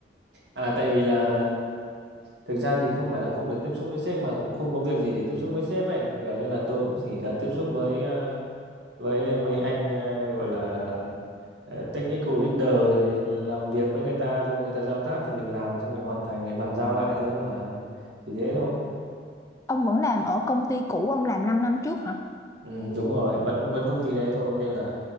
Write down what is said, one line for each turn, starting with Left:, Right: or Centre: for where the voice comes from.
Right: À tại vì là thực ra thì không phải là không được tiếp xúc với sếp mà cũng không có việc gì để tiếp xúc với sếp ấy. Kiểu như là tôi cũng chỉ là tiếp xúc với ờ, với mấy anh ờ, gọi là ờ, technical leader rồi làm việc với người ta thôi, người ta giao task thì mình làm xong mình hoàn thành bàn giao lại thôi mà. Chỉ thế thôi.
Left: Ông vẫn làm ở công ty cũ ông làm 5 năm trước hả?
Right: Ừ, đúng rồi, vẫn vẫn công ty đấy thôi nên là